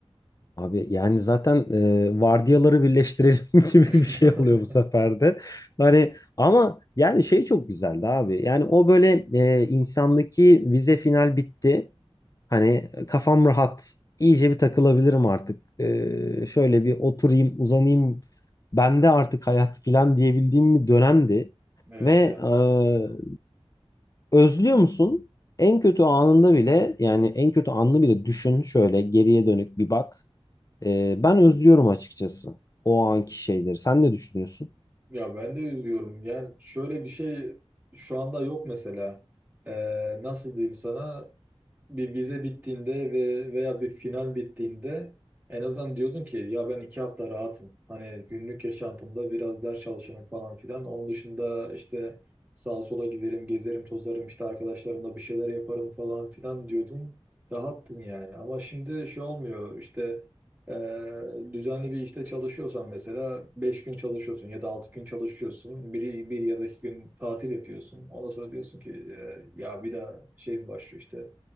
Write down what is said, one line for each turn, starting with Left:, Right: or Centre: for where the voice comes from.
Left: Abi yani zaten e, vardiyaları birleştirelim <laughs> gibi
Right: <laughs>
Left: bir şey oluyor bu sefer de. Hani ama yani şey çok güzeldi abi. Yani o böyle e, insandaki vize final bitti. Hani kafam rahat. İyice bir takılabilirim artık. E, şöyle bir oturayım, uzanayım. Bende artık hayat falan diyebildiğim bir dönemdi.
Right: Evet
Left: Ve e,
Right: ya.
Left: özlüyor musun? En kötü anında bile yani en kötü anını bile düşün şöyle geriye dönük bir bak. Ee, ben özlüyorum açıkçası o anki şeyleri. Sen ne düşünüyorsun?
Right: Ya ben de üzüyorum. Yani şöyle bir şey şu anda yok mesela. Ee, nasıl diyeyim sana? bir vize bittiğinde ve veya bir final bittiğinde en azından diyordun ki ya ben iki hafta rahatım. Hani günlük yaşantımda biraz ders çalışırım falan filan. Onun dışında işte sağa sola giderim, gezerim, tozarım, işte arkadaşlarımla bir şeyler yaparım falan filan diyordun. Rahattın yani. Ama şimdi şey olmuyor işte e, düzenli bir işte çalışıyorsan mesela 5 gün çalışıyorsun ya da 6 gün çalışıyorsun. Bir, bir ya da iki gün tatil yapıyorsun. Ondan sonra diyorsun ki e, ya bir daha şeyim başlıyor işte